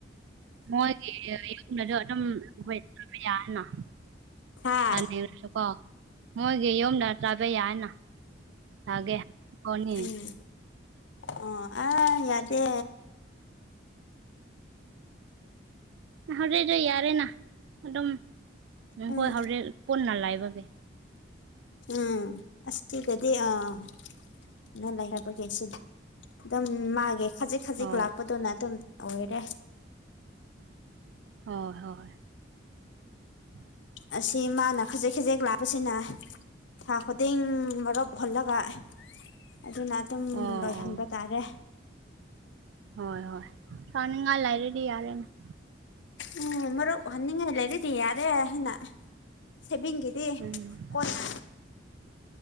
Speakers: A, on the right; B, on the left.
A: ꯃꯣꯏꯒꯤꯨꯝꯅꯁꯨ ꯑꯗꯨꯝꯕ ꯌꯥꯅ
B: ꯍꯥ
A: ꯆꯥꯅꯤꯡꯉꯁꯨ ꯀꯣ ꯃꯣꯏꯒꯤ ꯌꯨꯝꯗ ꯆꯥꯕ ꯌꯥꯅ ꯆꯥꯒꯦ ꯀꯣꯅꯤ
B: ꯎꯝ ꯑꯣ ꯑ ꯌꯥꯗꯦ
A: ꯍꯝ ꯍꯧꯣꯔꯛꯁꯨ ꯌꯥꯔꯦꯅ ꯑꯗꯨꯝ ꯃꯈꯈꯣꯏ
B: ꯎꯝ
A: ꯍꯧꯣꯔꯦꯟ ꯄꯨꯟꯅ ꯂꯥꯏꯕꯒꯤ
B: ꯎꯝ ꯑꯁꯦ ꯀꯗꯤꯦ ꯑꯥ ꯅ ꯂꯩꯔꯕꯒꯦ ꯁꯤꯗꯤ ꯑꯗꯨꯝ ꯃꯥꯒꯦ ꯈꯖꯤꯛ ꯈꯖꯤꯛ
A: ꯍꯣꯏ
B: ꯂꯥꯛꯄꯗꯨꯅ ꯑꯗꯨꯝ ꯑꯣꯏꯔꯦ
A: ꯍꯣꯏ ꯍꯣꯏ <unintelligible> <inaudible>
B: ꯑꯁꯤ ꯃꯥꯅ ꯈꯖꯤꯛ ꯈꯖꯤꯦꯛ ꯂꯥꯛꯄꯁꯤꯅ ꯊꯥ ꯈꯨꯗꯤꯡ ꯃꯔꯨꯞ ꯍꯜꯂꯒ ꯑꯗꯨꯅ ꯑꯗꯨꯝ
A: ꯑꯣ
B: ꯂꯣꯏꯍꯟꯕ
A: ꯑꯣ
B: ꯇꯥꯔꯦ
A: ꯍꯣꯏ ꯍꯣꯏ ꯇꯥꯅꯤꯡꯉꯥꯏ ꯂꯥꯏꯔ꯭ꯔꯦꯗꯤ ꯌꯥꯔꯦꯅꯦ
B: ꯎꯝ ꯃꯔꯣ ꯍꯟꯉ ꯂꯩꯔꯤꯗꯤ ꯌꯥꯔꯦ ꯍꯅ <inaudible> ꯁꯦꯕꯤꯡꯒꯤꯗꯤ
A: ꯎꯝ
B: ꯀꯣꯟꯅ